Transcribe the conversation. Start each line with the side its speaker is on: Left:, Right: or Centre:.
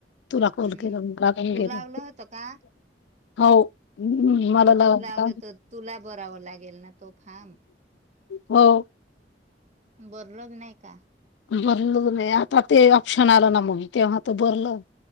Left: तुला कॉल
Right: हम्म
Left: केला मला का गेला
Right: तू लावलं होत का
Left: हो हम्म मलालाट
Right: मग तू लावलं तर तुला बरावं लागेल ना तो फार्म
Left: हो
Right: बरलज नायका
Left: भरल नाही आता ते ऑप्शन आलं ना मग तेव्हा तर भरलं